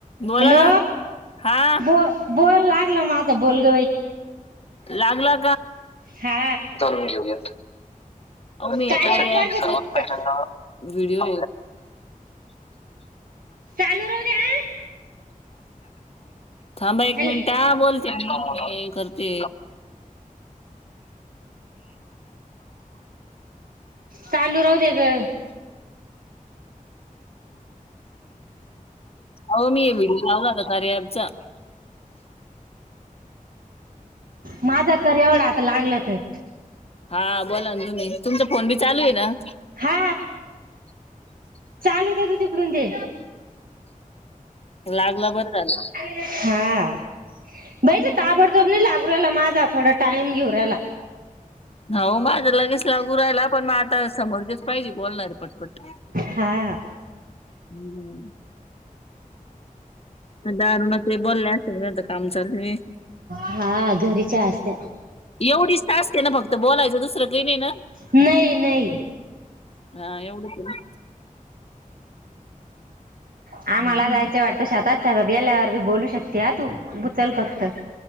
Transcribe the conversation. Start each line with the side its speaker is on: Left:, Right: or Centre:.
Left: बोला
Right: हॅलो
Left: ना हा
Right: हो बोल लागल मझ बोलग
Left: लागला
Right: हा
Left: काून घेऊ <inaudible> व्हिडिओ
Right: कार्या ॲप वरच तू चालू राहू दे हा
Left: थांबा एक
Right: हॅलो
Left: मिनिट बोलते करते
Right: चालू राह दे ग
Left: हो मी हे व्हिडिओ लावला आता खे ॲपचा
Right: माझा कर एवढा आता लागलं ते
Left: हा बोला ना तुम्ही तुमचा फोन बी चालू आहे ना
Right: हा चालू दे तू तिकडून ते
Left: लागलं बरं झालं
Right: हा बईच ताबडतोब नाही लागू रला माझा थोडा टाइम घेऊ राला
Left: हो माझं लगेच लागू राहिला पण मग आता समोर तेच पाहिजे बोलणारी पटपट
Right: हा
Left: हम्म दारुण ते बोलल्यागता काम चालू
Right: हा घरीच्या असत्या
Left: एवढीच तास के ना फक्त बोलायचं दुसरं काही नाही ना
Right: नाही नाही
Left: हा एवढंच ना
Right: आ
Left: ना
Right: मला जायचं वाट तश आातातातात गल्यावर मी बोलू शकते हा तू उचल फक्त